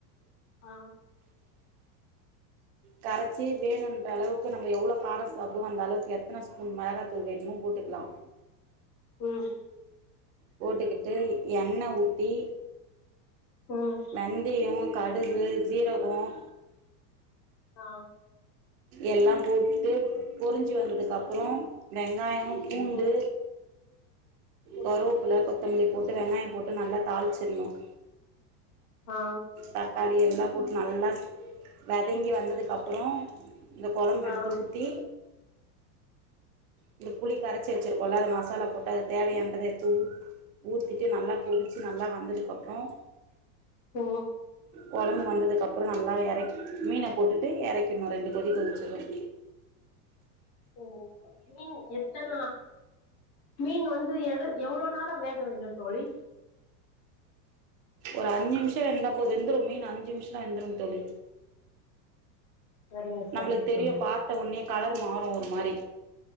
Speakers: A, on the left; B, on the right.
A: ஆஹ்
B: கரைச்சி வேணுன்ற அளவுக்கு நம்ம எவ்வளவு கார சாப்படுவோம் அந்த அளவுக்கு எத்தனை ஸ்பூன் மிளகாத்தூள் வேணுமோ போட்டுக்கலாம்
A: உம்
B: போட்டுக்கிட்டு என் எண்ணெய் ஊத்தி
A: ம்
B: வெந்தயம் கடுகு ஜீரகோம்
A: ஆ
B: எல்லாம் போட்டுட்டு பொரிஞ்சு வந்ததுக்கு அப்புறம்
A: ம்
B: வெங்காயம் பூண்டு
A: ம் ம்
B: கருவப்பிள்ளை கொத்தமல்லி வெங்காயம் போட்டு நல்லா தாளிச்சிடணும்
A: ஆ
B: தக்காளி எல்லாம் போட்டு நல்லா வதங்கி வந்ததுக்கப்புறம் இந்த குழம்பு
A: ஆ
B: எடுத்து ஊத்தி இந்த புளி கரைச்சல் வச்சு ச்சக்கொள்ள அது மசாலா போட்டு அது தேவையன்றதை எடுத்து ஊ ஊற்றிட்டு நல்லா கொதிச்சு நல்லா வந்ததுக்க அப்புறம்
A: ம்
B: குழம்பு வந்ததுக்கப்புறம் நல்லா இறக்கி மீனை போட்டுட்டு இறக்கணும் ரெண்டு கொதி கொதிச்சிடும்
A: ம் மீன் எத்தனா மீன் வந்து எடு எவ்வளவு நேரம் வேகுது இருக்க வேண்டும் தோழி
B: ஒரு அஞ்சு நிமிஷம் வெந்தா போது வெந்துடும் மீன் அஞ்சு நிமிஷம் த வெந்துடும் தோழி
A: சரிங்க சரிங்க
B: நம்மளுக்கு தெரிய
A: தோழி
B: பார்த்த உனே கலர் மாறும் ஒரு மாரி